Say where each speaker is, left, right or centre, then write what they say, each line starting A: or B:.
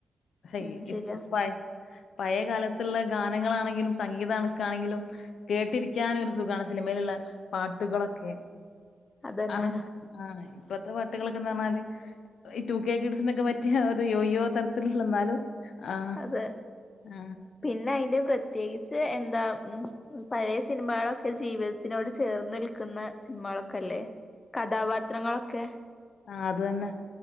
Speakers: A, on the left; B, on the left.
A: ശെ
B: ഉം
A: ഇ
B: ശരിയാ
A: ഉപ്പായ പഴയ കാലത്തുള്ള ഗാനങ്ങളാണെങ്കിലും സംഗീത കണക്കാണെങ്കിലും കേട്ടിരിക്കാനൊരു സുഖമാണ് സിനിമയിലുള്ള പാട്ടുകളൊക്കെ
B: അതന്നെ
A: ആ ആ ഇപ്പഴത്തെ പാട്ടുകളൊക്കെ പറഞ്ഞാല് ഈ ടു കെ കിഡ്സിനൊക്കെ പറ്റിയ അത് യോയോ തരത്തിലുള്ള എന്നാലും ആ
B: അതെ
A: ആ
B: പിന്നെ അയിന്റെ പ്രത്യേകിച്ച് എന്താ പഴയ സിനിമകളൊക്കെ ജീവിതത്തിനോട് ചേർന്ന് നിൽക്കുന്ന സിനിമകളൊക്കെ അല്ലേ കഥാപാത്രങ്ങളൊക്കെ
A: ആ അത് തന്നെ